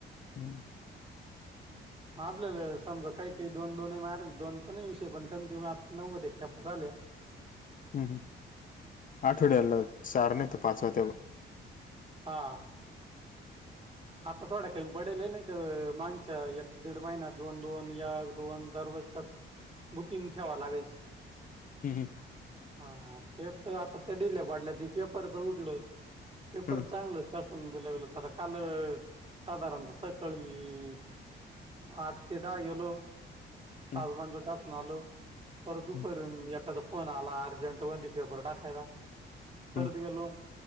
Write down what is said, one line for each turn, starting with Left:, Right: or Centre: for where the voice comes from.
Left: हं,
Right: म्ह आपल्याला समजा काही. का दोन दोनही मारेल दोन त नाही विषय पण कमी कमी आता नव्व ते खेप्पा झाले.
Left: हम्म हम आठवड्याला चार नाही तर पाचवा त्या.
Right: हा आता थोड्या काही पडेल नाही तर मागच्या एक दीड महिना दोन दोन या दोन दरवाजच्या.
Left: ब
Right: बुकिंग ठेवा लागेची.
Left: हम्म
Right: हा ते तर आता त्या डिल्या पाडल्या त पेपरचं उठल. पेपर
Left: हम्म
Right: चांगलं शासून बि लागलं आता काल साधारणत सकाळी. आठ ते दहा गेलो पासबंड
Left: हम्म
Right: टाकून आलो. पर दुपारून
Left: हम्म
Right: एकाचा फोन आला अर्जंट व पेपर टाकायला. परत
Left: हम्म
Right: गेलो